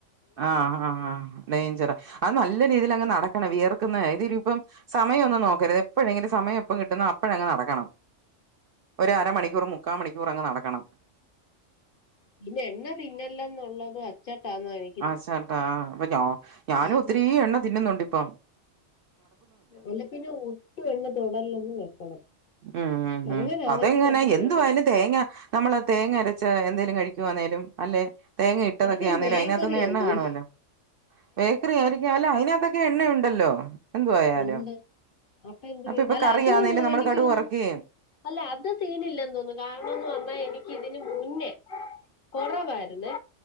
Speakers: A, on the right (about 60°); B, on the left (about 50°).
A: ആഹ് ആഹ് ആഹ് ഡേയ്ഞ്ചറ അത് നല്ല രീതിലങ്ങ് നടക്കണ, വിയർക്കുന്ന ഏത് രൂപ്പം.. സമയ ഒന്നും നോക്കരുത്. എപ്പഴെങ്കിലും സമയം എപ്പം കിട്ടുന്നൊ അപ്പഴങ്ങ് നടക്കണം ഒരരമണിക്കൂർ മുക്കാ മണിക്കൂറങ്ങ് നടക്കണം
B: പിന്നെ എണ്ണ തിന്നെല്ലന്നുള്ളത് അച്ചട്ടാന്ന എനി
A: ആശാട്ടാ അപ്പൊ ഞാ ഞാനും
B: കാരണം
A: ഒത്തിരി എണ്ണ തിന്നുന്നുണ്ട് ഇപ്പ
B: അല്ലെ പിന്നെ ഒട്ടും എണ്ണ തൊടല്ലൊന്ന് വെക്കണം
A: ഉം ഉം
B: അങ്ങനാണെങ്കി
A: ഉം അതെങ്ങനെ
B: ചെലപ്പോ
A: എന്തുവായാലും
B: കൊറയും
A: തേങ്ങ നമ്മള് തേങ്ങ അരച്ച് എന്തേലും കഴിക്കുവാന്നേലും അല്ലെ തേങ്ങ ഇട്ടതൊക്കെ
B: എനിക്കത്
A: ആന്നേലും
B: ബേക്കറിയാന്ന്
A: അയ്നാ ത്ത്ന്ന് എണ്ണ
B: തോന്നുന്നു
A: കാണുമല്ലോ. ബേക്കറി ആയിരിക്കാലോ അയിനകത്തൊക്കെ എണ്ണയുണ്ടല്ലോ എന്തുവായാലും
B: ഉണ്ട്. അപ്പ എന്ത്
A: അപ്പൊ
B: ചെയ്യും
A: ഇപ്പൊ
B: അല്ല
A: കറിയാന്നേലും
B: അത്
A: നമ്മള്
B: എനിക്ക്
A: കടുക്
B: തോനുന്നു
A: വറക്കുകയും
B: അല്ല അത് ഫീലില്ലന്ന് തോന്നുന്നു. കാരണംന്ന് പറഞ്ഞാ എനിക്ക് ഇതിന് മുന്നേ.. കൊറവായിരുന്നെ